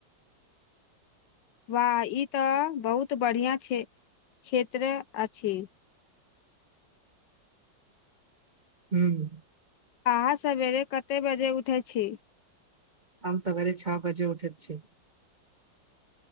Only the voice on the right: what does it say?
हू।
आम सवर छ बजे उठेैत छै।